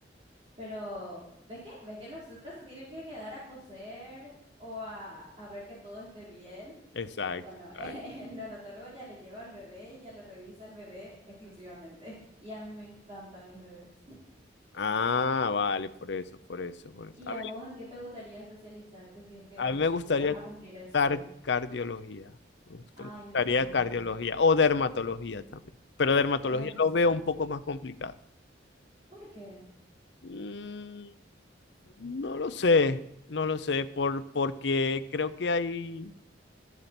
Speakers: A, on the right (about 30°); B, on the left (about 65°).
A: pero ¿ves que, ves que los obstetras se tienen que quedar a coser o a, a ver que todo esté bien?
B: Exacto,
A: Bueno, <laughs>
B: exacto.
A: el neonatólogo ya le lleva al bebé y ya le revisa al bebé exclusivamente. Y a mí me encantan los bebés. <laughs>
B: Ah, vale, por eso, por eso, por eso.
A: ¿Y
B: A
A: a
B: mí,
A: vos en qué te gustaría especializarte si es que
B: a mí me gustaría
A: llegas a cumplir el sueño?
B: car- cardiología. Me gusta-
A: Ay,
B: me gustaría
A: me encanta.
B: cardiología o dermatología también. Pero dermatología
A: Buenísimo.
B: lo veo un poco más complicado.
A: ¿Por qué?
B: Mm, no lo sé, no lo sé, por, porque creo que hay